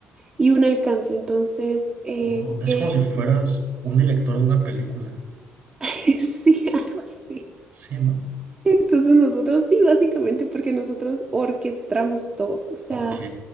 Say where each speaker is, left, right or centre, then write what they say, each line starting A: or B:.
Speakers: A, on the right; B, on the right.
A: y un alcance. Entonces, eh,
B: Oh, es
A: ¿qué
B: como si
A: es?
B: fueras un director de una película.
A: <laughs> Sí, algo así.
B: Sí, ¿no?
A: Entonces nosotros sí, básicamente porque nosotros orquestamos todo, o sea,
B: Ok.